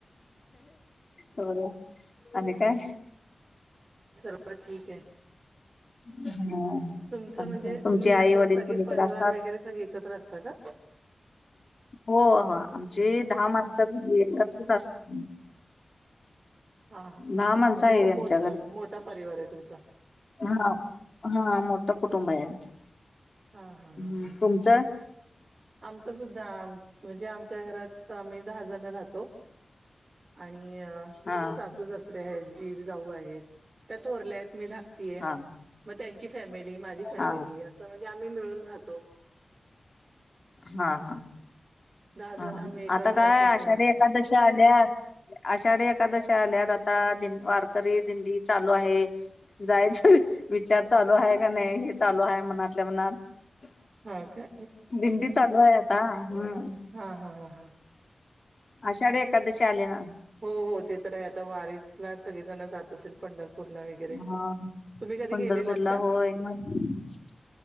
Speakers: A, on the left; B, on the right.
A: हो आणि काय
B: बार ठीक आहे
A: ह
B: तुमचं
A: ह
B: म्हणजे
A: तुमची
B: तुम्ही
A: आई
B: असं
A: वडील
B: सगळे
A: कोुणीकडे
B: परिवार
A: असतात
B: वगैरे सगळे एकत्र असता का?
A: हो हो आमची दहा माणसंी एकत्रच असत
B: हा हा हां
A: दहा माणसं
B: म्हणजे
A: आहे
B: खूप
A: आमच्या
B: मोठ
A: घरी
B: मोठा परिवार आहे तुमचा
A: हा हा मोठं कुटुंब आहे.
B: हा हा
A: आमचं
B: हा हा
A: तुमचं
B: आमच सुद्धा म्हणजे आमच्या घरात आम्ही दहा जण राहतो आणि
A: हा
B: सासू सासरे आहेत दीर जाऊ आहेत त्या थोरल्या आहेत. मी धाकटीय
A: हा
B: मग त्यांची फॅमिली माझी फॅमिली
A: हा
B: असं म्हणजे आम्ही मिळून राहतो.
A: हा हा
B: दहा
A: हा
B: जण आम्ही एका
A: आता
B: घरातच
A: काय आषाढी
B: हे असतो
A: एकादशी आल्यात. आषाढी एकादशी आल्यात आता दिं वारकरी दिंडी चालू आहे. जायच विचार चालू आहे का नाही हे चालू आहे मनातल्या मनात
B: हा का
A: दिंडी चालू आहे आता हम्
B: हा हा हा हा
A: आषाढी एकादशी आली ना
B: हो हो ते तर आहे आता वारीला सगळेजण जात असेल पंढरपूरला वगैरे
A: हा
B: तुम्ही कधी
A: पंढरपूरला
B: गेलेलात का
A: होय मग